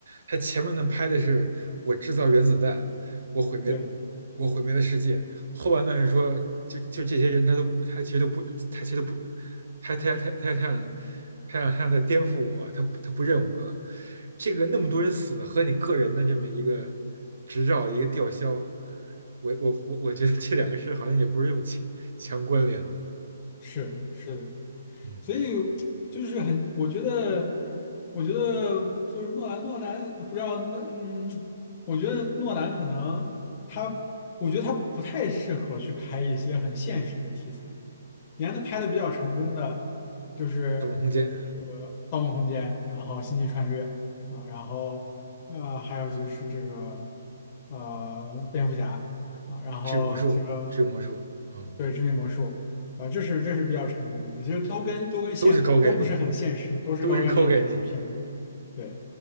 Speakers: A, on the right (about 70°); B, on the left (about 25°).
A: 他前面呢拍的是我制造原子弹，我毁灭
B: 对，
A: 我毁灭了世界，后半段是说就就这些人他都他其实都不他其实都不他他他他他想他想他想再颠覆我，他他不认我了。这个那么多人死的和你个人的这么一个执照一个吊销，我我我我觉得这两个事好像也不是这么强强关联。
B: 是是的，
A: 嗯，
B: 所以就是很，我觉得，我觉得就是诺兰，诺兰不知道那嗯，我觉得诺兰可能他，我觉得他不太适合去拍一些很现实的题材。你看他拍的比较成功的就是
A: 盗梦空间。
B: 这个《盗梦空间》，然后《星际穿越》啊，然后呃还有就是这个呃蝙蝠侠啊，然后这个
A: 治魔术，治魔术，嗯，
B: 对致命魔术啊，这是这是比较成功的，其实都跟都跟现都不是很现实，
A: 都是高概念，
B: 都是高概念的一些片子，
A: 都是高概念。
B: 对。